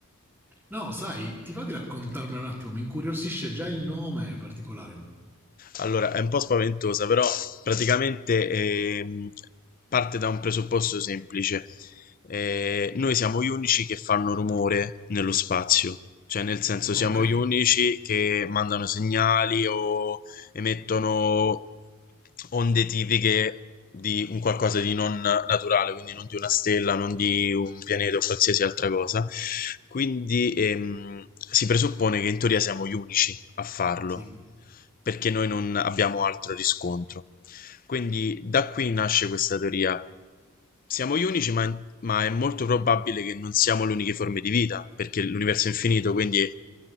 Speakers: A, in the centre; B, on the left (about 40°).
A: No, sai, ti va di raccontarmelo un attimo, mi incuriosisce già il nome particolare.
B: Allora, è un po' spaventosa, però praticamente ehm, parte da un presupposto semplice. Eh, noi siamo gli unici che fanno rumore nello spazio, cioè nel senso siamo
A: Ok,
B: gli unici che mandano segnali o emettono onde tipiche di un qualcosa di non naturale, quindi non di una stella, non di un pianeta o qualsiasi altra cosa. Quindi ehm, si presuppone che in teoria siamo gli unici a farlo,
A: sì,
B: perché noi non abbiamo altro riscontro. Quindi da qui nasce questa teoria. Siamo gli unici, ma, ma è molto probabile che non siamo le uniche forme di vita, perché l'universo
A: ok.
B: è infinito, quindi,